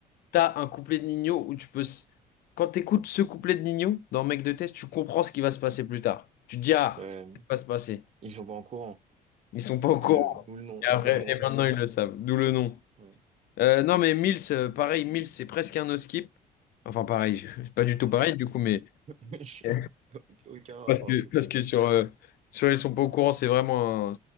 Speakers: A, on the left; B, on the right.
A: t'as un couplet de Nino où tu peux. s- Quand t'écoutes ce couplet de Nino dans Mec de Test, tu comprends ce qui va se passer plus tard. Tu te dis, ah,
B: euh,
A: c'est ce qui va se passer.
B: ils sont pas en courant.
A: Ils sont pas au
B: D'où
A: courant.
B: le, d'où le nom,
A: Et après,
B: <laughs> d'où le nom
A: et
B: du
A: maintenant,
B: truc.
A: ils le savent. D'où le nom.
B: Ouais.
A: Euh, non, mais Mills, euh, pareil, Mills, c'est presque un no-skip. Enfin, pareil, <laughs> c'est pas du tout
B: Euh,
A: pareil, du coup, mais.
B: <laughs> je-
A: <laughs>
B: Aucun rapport,
A: Parce que,
B: du coup.
A: parce que sur, euh, sur Ils sont pas au courant, c'est vraiment un,